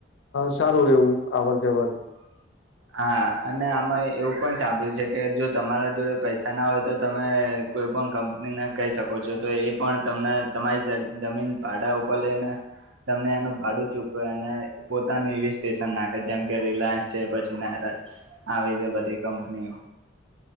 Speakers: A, on the left; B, on the right.
A: સારું એવું અવર જવર
B: હા અને આમાં એવું પણ સાંભળ્યું છે કે જો તમારા જોડે પૈસા ના હોય તો તમે. કોઈ પણ કંપની ના કહી શકો. કો છો તો એ પણ તમને તમારી જમીન ભાડા ઉપર લઈને. તમને એનું ભાડું ચૂકવ્યું અને પોતાની સ્ટેશન નાખે જેમ કે રિલાયન્સ છે, પછી આવી બધી કંપનીઓ.